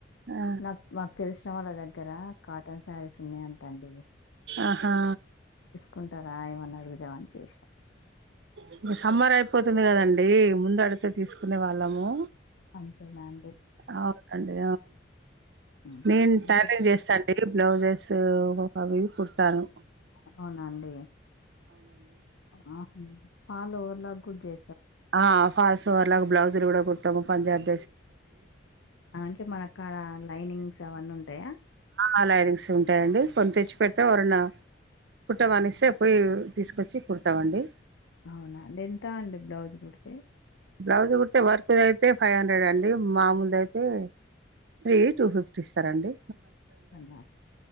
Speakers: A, on the right; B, on the left.
A: ఆ
B: నాకు మాకు తెలిసిన వాళ్ళదంటే దగ్గర కాటన్ శారీస్ ఉన్నాయ అంటా అండి
A: ఆహా
B: కుంటారా ఏమనాఅడుగుదామనీ చేసినా
A: ఇంగ సమ్మర్ అయిపోతుంది కదండి ముందు అడితే తీసుకు కునే వాళ్ళము
B: అంతేనా అండి
A: అవునండి
B: ఉమ్.
A: నేను
B: అంతే.
A: టైలరింగ్ చేస్తాండి బ్లౌజెస్ ఒ అవి కుడతాను
B: అవునండి ఆ పాల్ ఓర్లాక్ కూడా చే
A: ఆ ఫాల్స్ ఓర్లాక్ బ్లౌజు కూడా కుడుతాము పంజాబి
B: అంటే మన కాడా లైనింగ్స్ అవన్నీ ఉంటాయా
A: ఆ లైనింగ్స్ ఉంటాయండి కొన్ని తెచ్చి పెడితే ఎవరన్న కుట్టమని ఇస్తే పోయి తీసుకొచ్చి కుడతామండి
B: అవునా అండి ఎంత అండి బ్లౌజ్ కుడితే
A: బ్లౌజ్ కుడితే వర్క్ది అయితే ఫైవ్ హండ్రెడ్ అండి మామూలుది అయితే త్రీ టూ ఫిఫ్టీ ఇస్తారు అండి
B: అనా